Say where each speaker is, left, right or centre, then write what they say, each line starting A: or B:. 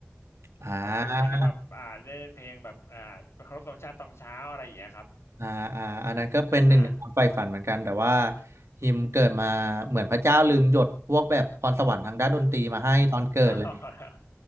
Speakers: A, on the right; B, on the left.
A: อ่า
B: วงโยหมายถึงว่าอ่าเล่นเพลงแบบอ่าเคารพธงชาติตอนเช้าอะไรอย่างเงี้ยครับ
A: อ่าอ่าอันนั้นก็เป็นหนึ่งในความใฝ่ฝันเหมือนกันแต่ว่า
B: อ่า
A: ฮิมเกิดมาเหมือนพระเจ้าลืมหยดพวกแบบพรสวรรค์ทางด้านดนตรีมาให้ตอนเกิดเลย
B: <laughs>